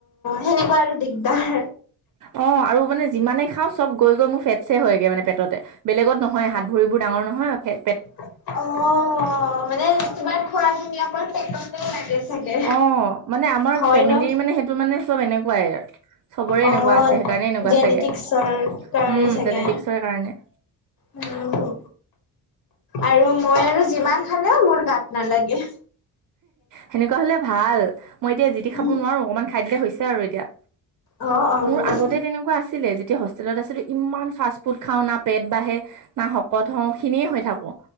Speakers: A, on the left (about 65°); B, on the right (about 55°).
A: সেনেকুৱা আৰু দিগদাৰ
B: অ আৰু মানে যিমানে খাওঁ চব গৈ গৈ মোৰ ফেটছে হয়গ মানে পেটতে বেলেগত নহয় হাত ভৰিবোৰ ডাঙৰ নহয় ফেট।
A: অ মানে তোমাৰ খোৱাখুনি অকল পেটতে লাগে। চাগে।
B: অ মানে আমাৰ
A: হয়
B: ফেমিলিৰ
A: ন'।
B: মানে সেইটো মানে চব এনেকুৱাই আৰু চবৰে
A: অ',
B: এনেকুৱা আছে সেইকাৰণে এনেকুৱা
A: জেনেটিক্সৰ
B: চাগে
A: কাৰণে
B: উম
A: চাগে।
B: জেনেটিকসৰ কাৰণে।
A: উম। আৰু মই আৰু যিমান খালেও মোৰ গাত নালাগে।
B: সেনেকুৱা হলে ভাল মই এতিয়া জিতি
A: উম,
B: খাব নোৱাৰো অকনমান খাই দিলে হৈছে আৰু এতিয়া।
A: অ', অ',
B: মোৰ আগতে তেনেকুৱা আছিলে যেতিয়া হোষ্টেলত আছিলো ইমান ফা ফুট খাওঁ না পেট বাঢ়ে না শকত হওঁ খিনিয়ে হৈ থাকোঁ।